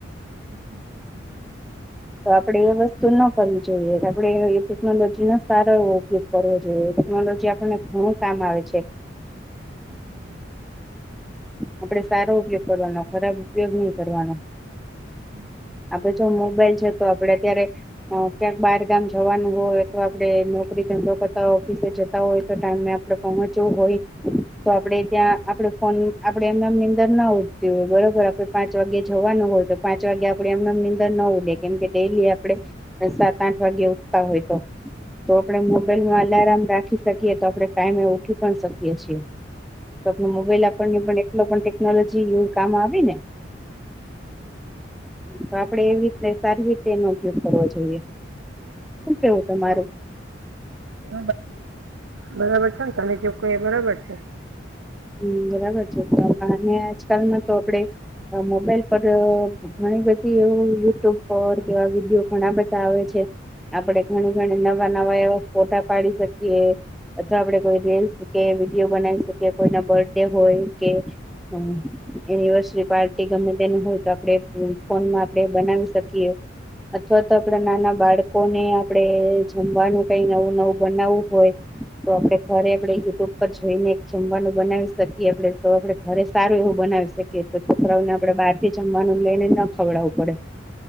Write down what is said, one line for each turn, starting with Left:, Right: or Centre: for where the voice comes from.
Right: <inaudible>
Centre: તો આપડે એ વસ્તુ ના કરવી જો જોયે આપે ટેકનોલોજી નો સારો એવો ઉપયોગ કરવો જોઈએ ટેકનોલોજી આપને ઘણું કામ આવે છે <inaudible>
Right: <inaudible>
Centre: આપડે સારો ઉપયોગ કરવાનો ખરાબ ઉપયોગ ની કરવાનો
Right: <inaudible>
Centre: આપડે જો મોબાઈલ છે તો આપડે અત્યારે અ ક્યાંક બાર ગામ જવાનું હોય તો આપડ નોકરી ધંધો કરતા ઓફિસે જતા હોય તો ટાઈમ મેં આપડે પહોંચવું હોય તો આપડે ત્યાં આપડે ફોન આપડે એમના એમની નીદર ના ઉઠી હોય બરોબર કે પાંચ વાગે જવાનું હોય તો પાંચ વાગે આપડે એમનેમ નીંદર ન ઉડે કેમ કે ડેલી આપડે સાત આઠ વાગે ઉગતા હોય તો તો આપડે મોબાઈલમાં આલારામ રાખ ઉીઠી શકીએ તો આપણે ટાઈમે એ ઉઠી પણ શકીએ છીએ તો આપ મોબાઈલ આપણને પણ એટલો પણ ટેકનોલોજી એવું કામ આવે ને
Right: <inaudible>
Centre: તો આપડે એવી રીત સારી રીતે એનો ઉપયોગ કરવો જોઈએ શું કેવું તમારું
Right: <unintelligible> બરાબર છે ને તમે કે છો એ બરાબર છે.
Centre: હમ્મ, બરાબર છે તો આજકાલમાં તો આપડે મોબાઈલ પર ઘણી બધી એવુ યુટ્યુબ પર કેવા વિડીયો ઘણા બધા આવે છે. આપડે ઘણી ઘણી નવા નવા એવા ફોટા પાડી શકીએ. અથવા આપડે કોઈ રીલ્સ કે વિડીયો બનાવી શકીએ કોઈના બર્થડે હોય કે હમ્મ. એનિવર્સરી પાર્ટી ગમે તેનું હોય તો આપડે ફોનમાં આપણે બનાવી શકીએ. અથવા તો આપડા નાના બાળકોને આપણેે જમવાનું કઈ નવું નવું બનાવવું હોય તો આપડે ઘરે આપડે યુટ્યુબ પર જોઈને ચમવાનું બનાવી શકીએ તો આપડે ઘરે સારું એવું બનાવી શકીએ તો છોકરાઓને આપડે બાર જમવાનું લઈને ન ખવડાવવું પડે.